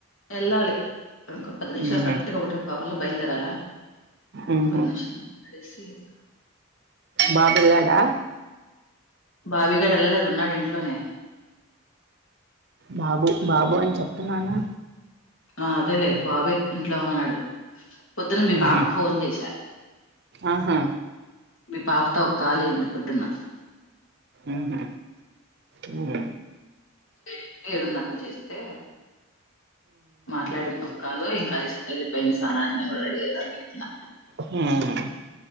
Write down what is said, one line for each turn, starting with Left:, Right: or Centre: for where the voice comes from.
Left: వెళ్ళాలి ఇంకో పది నిమిషాలు
Right: ఉహు
Left: కరెక్ట్గా ఒకటింపావు కల్లా బయలుదేరాల
Right: ఉహు
Left: పర్మిషన్ అడిగేసి వెళ్తా
Right: బాబు వెళ్లాడా
Left: బాబి గాడు వెళ్ళలేదు ఉన్నాడు ఇంట్లోనే
Right: బాబు
Left: ఉమ్.
Right: బాబు అని చెప్తున్నానా
Left: ఆ అదేలే బాబే ఇంట్లో ఉన్నాడు పొద్దున మీ
Right: ఉహు
Left: పాపకు ఫోన్ చేసా
Right: ఆహా
Left: మీ పాపతో ఒక కాలు అయ్యింది పొద్దున్న
Right: ఉహు మ్మ్
Left: ఏ ఏడున్నరకు చేస్తే మాట్లాడింది ఒక్కాలు ఇంకా అదేసి వెళ్ళిపోయింది స్నానానికి నేను కూడా రెడీ అయిరా అని చెప్పిన
Right: హ్మ్